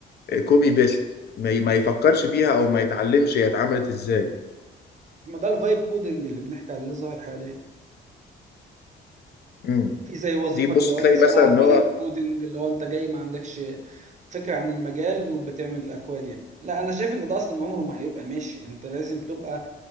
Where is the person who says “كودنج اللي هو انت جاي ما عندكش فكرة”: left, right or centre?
Right